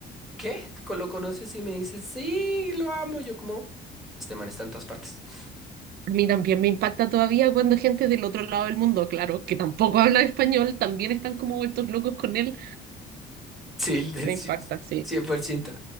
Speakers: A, in the centre; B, on the right (about 65°).
A: ¿qué? Co- ¿Lo conoces? Y me dice, sí, lo amo. Yo como, este man está en todas partes. <laughs>
B: A mí también me impacta todavía cuando gente del otro lado del mundo, claro, que tampoco habla español, también están como vueltos locos con él.
A: Sí, de-
B: Me
A: sí,
B: impacta, sí.
A: 100%.